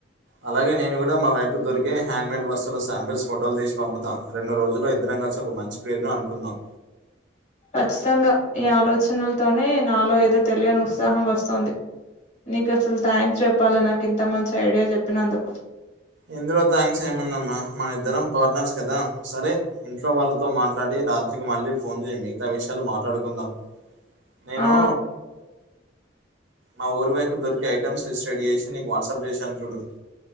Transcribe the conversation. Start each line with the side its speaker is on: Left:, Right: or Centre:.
Right: అలాగే నేను కూడా మా వైప్ దొరికే హ్యాండ్ మేడ్ వస్తువుల శాంపిల్స్ ఫోటోలు తీసి పంపుతా రెండు రోజుల్లో ఇద్దరం కలిసి ఒక మంచి పేరును అనుకుందాం
Left: ఖచ్చితంగా ఈ ఆలోచనలతోనే నాలో ఏదో తెలియని ఉత్సాహం వస్తోంది నీకసలు థ్యాంక్స్ చెప్పాలి నాకు ఇంత మంచి ఐడియా చెప్పినందుకు
Right: ఇందులో థాంక్స్ ఏముందమ్మా మనిద్దరం పార్టనర్స్ కదా సరే ఇంట్లో వాళ్ళతో మాట్లాడి రాత్రికి మళ్ళీ ఫోన్ చేయ మిగతా విషయాలు మాట్లాడుకుందాం నేను
Left: ఆ
Right: మా ఊరి వైపు దొరికే ఐటమ్స్ లిస్ట్ రెడీ చేసి నీకు వాట్సాప్ చేశాను చూడు